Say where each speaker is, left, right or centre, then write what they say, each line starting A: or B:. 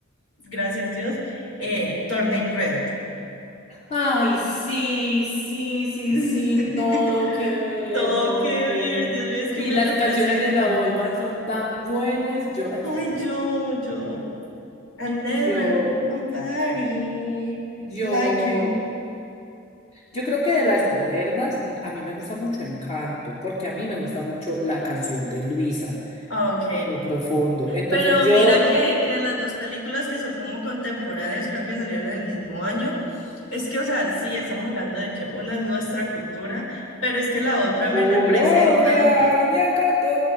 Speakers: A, on the left; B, on the left.
A: gracias Dios, eh, Turning Red.
B: Ay, sí, sí, sí,
A: <laughs>
B: sí, todo que ver,
A: Todo
B: todo
A: que
B: que
A: ver,
B: ver.
A: Dios mío, es que
B: Y
A: me
B: las
A: representan.
B: canciones de la boy band son tan buenas, yo las
A: Ay,
B: escucho
A: yo, yo. I never
B: Yo,
A: nobody
B: yo,
A: like you.
B: yo creo que de las modernas, m- a mí me gusta mucho Encanto, porque a mí me gusta mucho la canción de Luisa,
A: Ok,
B: en lo profundo. Entonces
A: Pero
B: yo,
A: mira que, que las dos películas que son como contemporáneas, creo que salieron en el mismo año. Es que, o sea, sí, estamos hablando de que una es nuestra cultura, pero es que la otra me
B: Colombia,
A: representa,
B: mi encanto.